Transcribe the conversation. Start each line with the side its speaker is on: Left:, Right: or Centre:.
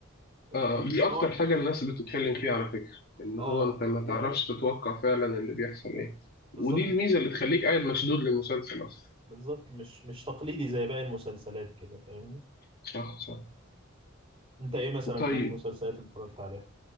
Right: اتفاجئت
Left: آه دي
Right: ان
Left: أكتر
Right: هو
Left: حاجة الناس بتتكلم فيها على فكرة إن
Right: اه
Left: هو أنت ما تعرفش تتوقع فعلا اللي بيحصل إيه
Right: بالظبط
Left: ودي الميزة اللي تخليك قاعد مشدود للمسلسل أصلا
Right: بالظبط مش مش تقليدي زي باقي المسلسلات كده فاهمني
Left: صح صح
Right: انت ايه مثلا
Left: طيب
Right: من المسلسلات اللي اتفرجت عليها